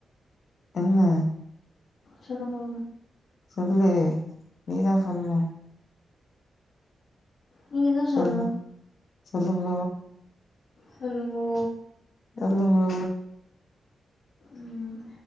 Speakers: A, on the left (about 50°); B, on the left (about 70°).
A: என்ன
B: சொல்லுங்க
A: சொல்லு நீதா சொல்ணு
B: நீங்கதா
A: சொல்லு
B: சொல்ணு.
A: சொல்லுங்க
B: சொல்லுங்கோ
A: சொல்லுங்கோ
B: ம்